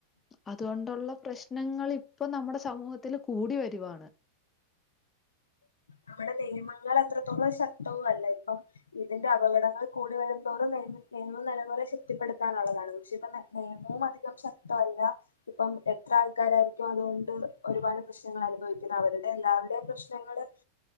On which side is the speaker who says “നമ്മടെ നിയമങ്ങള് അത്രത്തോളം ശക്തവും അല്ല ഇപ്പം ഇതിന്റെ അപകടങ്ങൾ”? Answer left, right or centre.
Left